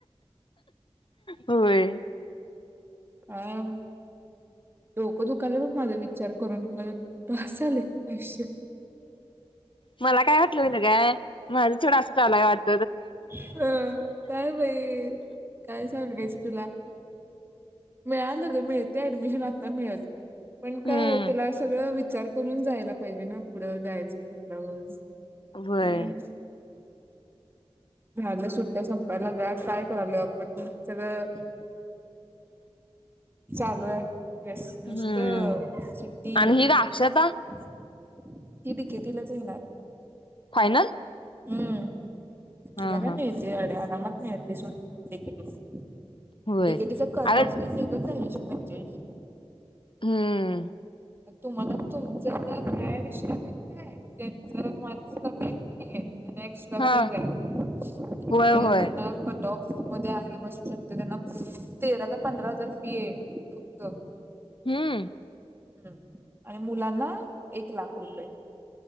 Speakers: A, on the left; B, on the right.
A: होय
B: हम्म डोकं दुकालाय बघ माझ विचार करून माझं भास झालयं आयुष्य
A: मला काय वाटलं महितिहाय का माझं तेवडं असं चालू काय वाटत
B: हं काय बाई काय सांगायचं तुला मिळालग मिळतंय ऍडमिशन आता मिळेल पण काय
A: हम्म
B: त्याला सगळं विचार करून जायला पाहिजे ना पुढं जायचं म्हटल्यावर
A: होय
B: काय झाल्या सुट्ट्या संपायला लागल्या काय करलोय आपण सगळं चालू आहे व्यस
A: हम्म
B: नुसतं सुट्टी
A: आणि
B: ती
A: ही का अक्षता
B: औषधेही ला येणार आहे
A: फायनल
B: हम्म
A: हा
B: तिला
A: हा
B: काय आरामात येडे मिळतय सोड डी के टी ला
A: होय
B: डी के टीचा कट
A: अगं
B: ऑफ निघल नाही ऐसी पंच्याऐशी
A: हम्म
B: तुम्हाला तुमच काय हाय विषय माहिती हाय त्यांच मार्क्स कमी त्यांना एक्स्ट्रा
A: हा
B: फी आहे
A: होय होय
B: टॉप्स मध्ये आहे बसू शकते त्यांना तेरा का पंधरा हजार फी आहे फक्त
A: हम्म
B: हम्म आणि मुलांना एक लाख रुपये